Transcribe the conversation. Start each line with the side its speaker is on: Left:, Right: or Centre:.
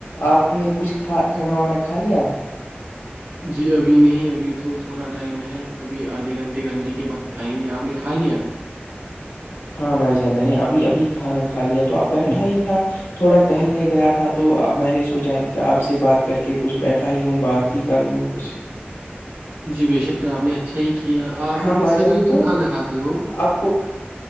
Left: آپ نے کچھ کھا کھانا وانا کھا لیا
Right: جی ابھی نہیں ابھی تو تھوڑا ٹائم ہے ابھی آدھے گھنٹے گھنٹے کے بعد کھائیں گے آپ نے کھا لیا
Left: ہاں بھائی جان میں نے ابھی ابھی کھانا کھا لیا تو آپ بیٹھا ہی تھا تھوڑا ٹہلنے گیا تھا تو اب میں نے سوچا کہ آپ سے بات کر کے کچھ بیٹھا ہی ہوں بات ہی کر لوں کچھ
Right: جی ب شک آپ نے اچھا ہی کیا آپ
Left: ہاں
Right: اتنے
Left: بھائی
Right: سویرے
Left: جان
Right: کیوں
Left: تو
Right: کھانا کھاتے ہو
Left: آپ کو <unintelligible>